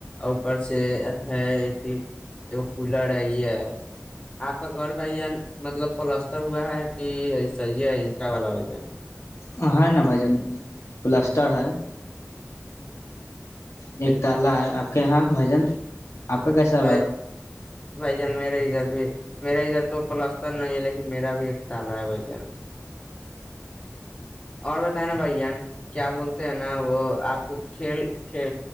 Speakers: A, on the left; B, on the left.
A: اوپر سے ہے اے سی کولر ہے یہ ہے آپ کا گھر بھائی جان مطلب پلستر ہوا ہے کہ ایسا ایٹا والا بھائی جان
B: ہاں ہے نا بھآئی جان پلستر ہے ایک تالا ہے آپ کے یہاں بھای جان آپ کا کیسا
A: بھائی بھائی جان میرے ادھر بھی میرا ادھر تو پلس تر نہیں ہے لیکن میرا بھی ایک تالا ہے بھائی جان اور بتائے نا بھائی جان کیا بولتے ہیں نا وہ آپ <unintelligible> تے